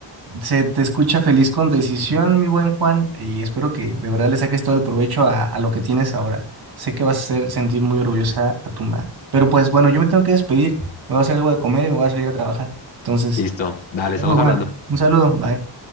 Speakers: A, on the right; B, on the left.
A: se te escucha feliz con decisión, mi buen Juan, y espero que de verdad le saques todo el provecho a, a lo que tienes ahora. Sé que vas a hacer sentir muy orgullosa a tu madre. Pero pues bueno, yo me tengo que despedir. Me voy a hacer algo de comer y me voy a salir a trabajar. Entonces,
B: Listo, dale,
A: bueno,
B: estamos
A: Juan,
B: hablando.
A: un saludo. Bye.